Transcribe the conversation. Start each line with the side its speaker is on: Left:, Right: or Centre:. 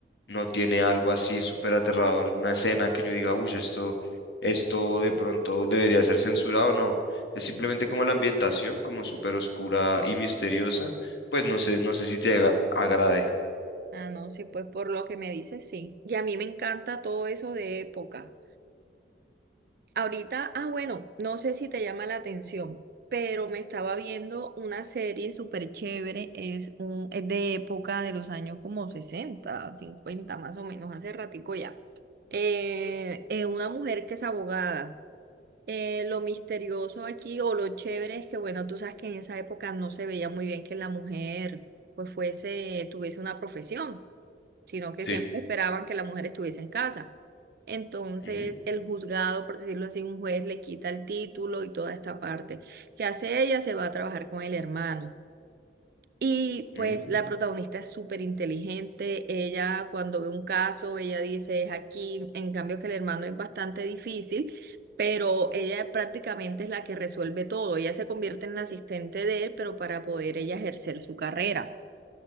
Left: no tiene algo así súper aterrador, una escena que yo diga, uy, esto, esto de pronto debería ser censurado o no. Es simplemente como la ambientación, como súper oscura y misteriosa, pues no sé, no sé si te agra- agrade.
Right: Ah, no, sí, pues por lo que me dices sí. Y a mí me encanta todo eso de época. Ahorita, ah, bueno, no sé si te llama la atención, pero me estaba viendo una serie súper chévere, es, un, es de época de los años como 60 50 más o menos, hace ratico ya. Eh, eh, una mujer que es abogada. Eh, lo misterioso aquí o lo chévere es que, bueno, tú sabes que en esa época no se veía muy bien que la mujer pues fuese, tuviese una profesión, sino que
Left: Sí.
Right: siempre esperaban que la mujer estuviese en casa. Entonces,
Left: Ujú.
Right: el juzgado, por decirlo así, un juez le quita el título y toda esta parte. ¿Qué hace ella? Se va a trabajar con el hermano. Y
Left: Mm,
Right: pues la protagonista es súper inteligente, ella cuando ve un caso, ella dice es aquí, en cambio que el hermano es bastante difícil, pero ella prácticamente es la que resuelve todo, ella se convierte en la asistente de él, pero para poder ella ejercer su carrera.